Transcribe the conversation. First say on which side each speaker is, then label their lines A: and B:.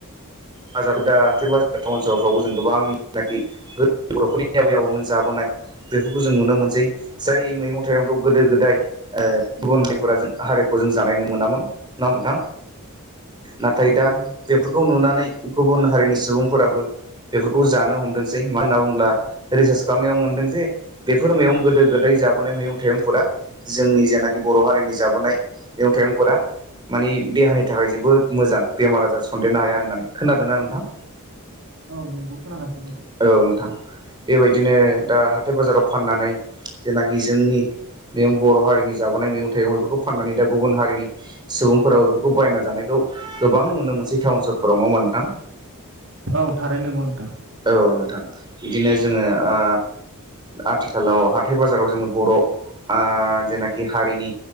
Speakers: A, on the right; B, on the right.
A: बाजार दा हाथाइ बाजार टाउन सहरफ्रावबो जों गोबां जेनाखि बर'फोरनि आबै आबौमोन जाबोनाय बेफोरखौ जों नुनो मोनसै जाय मैगं थाइगंखौ गोदो गोदाय गुबुन हारिफोरा जों हारिखौ जों जानाय नुनो मोनामोन नङा होमबा नोंथां
B: <inaudible>
A: नाथाय दा
B: नंगौ
A: बेफोरखौ नुनानै गुबुन हारिनि सुबुंफोराबो बेफोरखौ जानो हमदोंसै मानो होनना बुङोब्ला रिसार्च खालामनायाव मोनदों जे बेफोर मैगं गोदो गोदाय जाबोनाय मैगं थाइगंफोरा जोंनि जेनाखि बर' हारिनि जाबोनाय मैगं थाइगंफोरा माने देहानि थाखाय जोबोद मोजां बेमार आजार सन्देरनो हाया होननानै खोनादोंना नोंथां
B: औ नोंखौ खोनागासिनो दं
A: औ नोंथां बेबायदिनो दा हाथाय बाजाराव फाननानै जेनाखि जोंनि बे बर' हारिनि जाबोनाय मैगं थाइगं बेफोरखौ फाननानै दा गुबुन हारिनि सुबुंफोराबो बेफोरखौ बायना जानायखौ गोबां नुनो मोनसेै टाउन सहरफोराव नङा होमबा नोंथां
B: औ थारै नंगौ नोंथां
A: औ नोंथां बिदिनो जोङो ओ आथिखालाव हाथाय बाजाराव जोङो बर' आ जेनाखि हारिनि